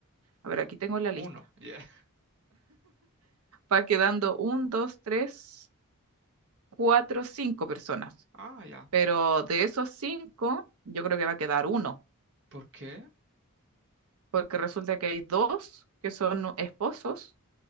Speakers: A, on the right; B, on the right.
A: A ver, aquí tengo la lista.
B: Uno, ya. <laughs>
A: Va quedando un, dos, tres, cuatro, cinco personas.
B: Ah, ya.
A: Pero de esos cinco, yo creo que va a quedar uno
B: ¿Por qué?
A: porque resulta que hay dos que son esposos